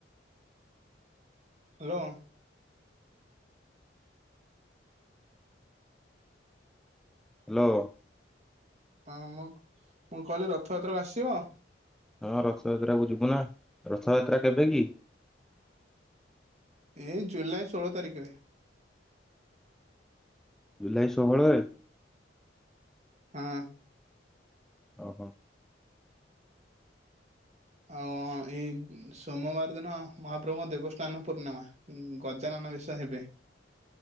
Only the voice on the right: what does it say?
ହାଲୋ।
ହଁ ମ ମୁଁ କହିଲି ରଥ ଯାତ୍ରା କୁ ଆସିବ।
ଏଇ ଜୁଲାଇ ଷୋହଳ ତାରିଖରେ।
ହଁ।
ଆଉ ଏଇ ସୋମବାର ଦିନ ମହାପ୍ରଭୁଙ୍କ ଦେବସ୍ନାନ ପୂର୍ଣ୍ଣିମା। ଉଁ ଗଜାନନ ବେଶ ହେବେ।